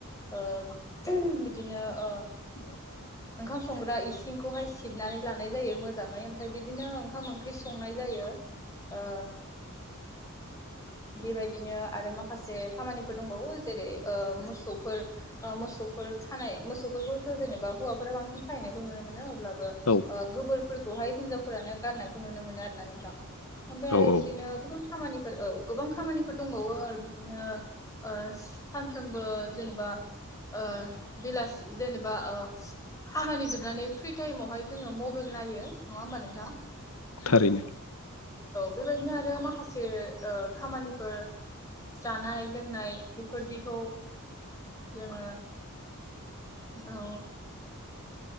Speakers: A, on the left; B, on the left.
A: ओ बिदिनो ओ
B: <inaudible>
A: ओंखाम संग्रा इसिंखौहाय सिबनानै लानाय जायो मोजाङै ओमफाय बिदिनो ओंखाम ओंख्रि संनाय जायो ओ बेबायदिनो आरो माखासे खामानिफोर दंबावो जेरै ओ मोसौफोर ओ मोसौफोर खानाय मोसौफोरखौथ जेनेबा हौवाफोरा बांसिन खायैनायखौ नुनो मोनो अब्ला बो
B: औ
A: ओ गोबोरफोर बहाय हिन्जावफ्रानो गारनायखौ नुनो मोनो आरोना नोंथां। ओमफाय
B: औ
A: आरो
B: औ
A: बिदिनो गुबुन खामानिफोर औ गोबां खामानिफोर दंबावो बिदिनो ओ सानफ्रोमबो जेनेबा ओ बेलासि जेनेबा ओ खामानि जोबनानै फ्रि टाइमावहाय जोङो मबेल नायो नङा होमबा नोंथां? <inaudible> औ
B: थारैनो
A: बेबायदिनो आरो माखासे ओ खामानिफोर जानाय लोंनाय बेफोरदिखौ जोङो औ